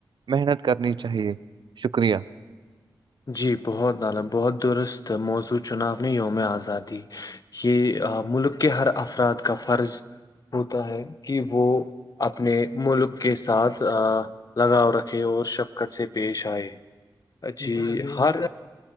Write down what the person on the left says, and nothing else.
جی بہت نالم بہت درست موضوع چناؤ نے یوم آزادی یہ ملک کے ہر افراد کا فرض ہوتا ہے کہ وہ اپنے ملک کے ساتھ لگاؤ رکھے اور شفقت سے پیش آئے جی ہر